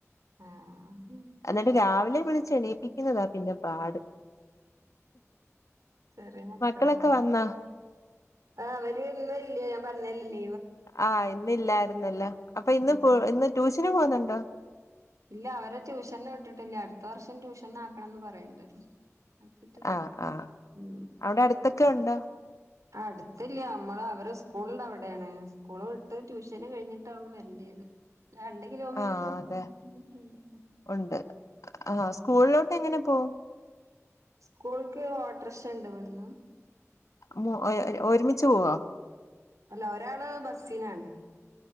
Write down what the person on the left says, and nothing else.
എന്നിട്ട് രാവിലെ വിളിച്ച എണേപ്പിക്കുന്നതാ പിന്നെ പാട്
മക്കളൊക്കെ വന്നാ
ആഹ് ഇന്നല്ലായിരുന്നല്ലോ അപ്പൊ ഇന്ന്
പോ ഇന്ന് ട്യൂഷന് പോുന്നുണ്ടോ
ആഹ് ആഹ്
അവിടെ അടുത്തൊക്കെ ഉണ്ടോ
ആഹ് അതെ ഉണ്ട് ആഹ് സ്കൂളിലോട്ട് എങ്ങനെ പോവും
മൊ ഏ ഒരു ഒരുമിച്ച് പോവോ